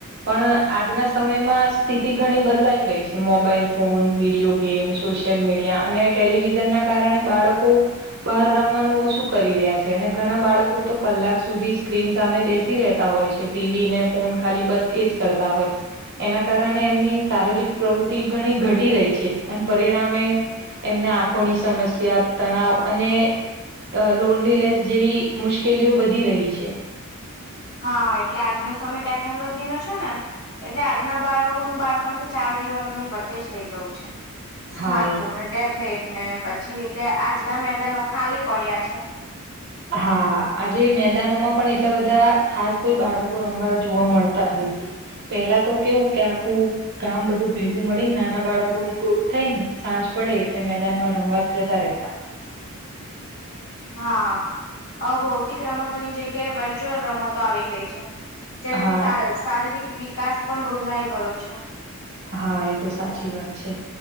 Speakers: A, on the right; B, on the left.
A: પણ આજના સમયમાં સ્થિતિ ઘણી બદલાઈ ગઈ છે. Mobile phone video game social social media અને ટેલિવિઝન ના કારણે બાળકો બહાર રમવાનું ઓછું કરી રહ્યા છે. અને ઘણાં બાળકો તો કલાક સુધી સ્ક્રીન સામે બેસી રહેતાં હોય છે. ટીવી ને ફોન ખાલી બસ એજ કરતાં હોય. એના કારણે એમની શારીરિક પ્રવૃત્તિ ઘણી ઘટી રહી છે અને પરિણામે એમને આંખોની સમસ્યા તણાવ અને અ લોનલીનેસ જેવી મુશ્કેલીઓ વધી રહી છે.
B: હા એટલે આજનો સમય ટેકનોલોજી નો છે. ને એટલે આજના બાળકોનું બાળપણ તો ચાર દિવાલોની વચ્ચે જ રહી ગયું છે. સ્માર્ટફોન
A: હા એ
B: ટેબલેટ ને પછી એટલે આજના મેદાનો ખાલી પડ્યા છે‌.
A: હા આજે મેદાનોમાં પણ એટલા બધા ખાસ કોઈ બાળકો રમવા જોવા મળતા જ નથી. પેલા તો કેવું કે આખું કામ બધું ભેગું મળી ને નાના બાળકોનું ટોળું થઈ ને સાંજ પડે એટલે મેદાનમાં રમવા જતા રહેતા
B: હા અવે ભૌતિક રમતોની જગ્યાએ વર્ચ્યુઅલ રમતો આવી ગઈ છે. જેનાથી
A: હા
B: શા શારીરિક વિકાસ પણ રોંધાઈ ગયો છે.
A: હા એ તો સાચી વાત છે.